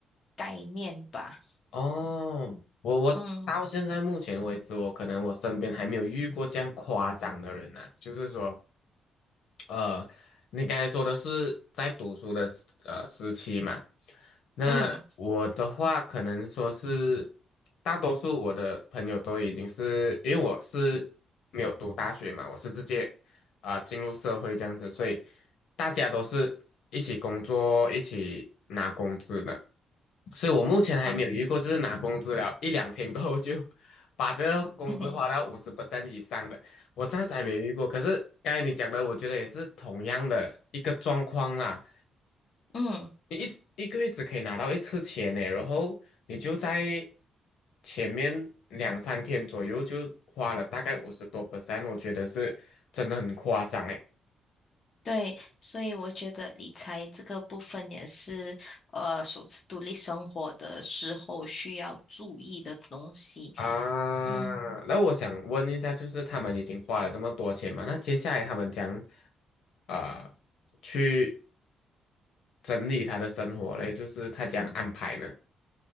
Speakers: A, on the left (about 40°); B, on the left (about 80°).
A: 概念吧。
B: 哦，我我到现在目前为止，
A: 嗯
B: 我可能我身边还没有遇过这样夸张的人呐、就是说，呃，你刚才说的是在读书的时呃时期嘛，那我的话可能说是
A: 嗯，
B: 大多数我的朋友都已经是因为我是没有读大学嘛，我是直接啊、进入社会这样子，所以大家都是一起工作、一起拿工资的。所以我目前还没有遇过，
A: 哦，
B: 就是拿工资了一两天过后就把这个工资花到五
A: 嗯哼
B: 十 percent 以上的，我暂时还没遇过。可是刚才你讲的，我觉得也是同样的一个状况啦。
A: 嗯，
B: 你一一个月只可以拿到一次钱呢，然后你就在前面两三天左右就花了大概五十多 percent，我觉得是真的很夸张诶。
A: 对，所以我觉得理财这个部分也是呃，首次独立生活的时候需要注意的东西。
B: 啊，
A: 嗯，
B: 那我想问一下，就是他们已经花了这么多钱嘛，那接下来他们将啊、呃去整理他的生活嘞，就是他将安排呢？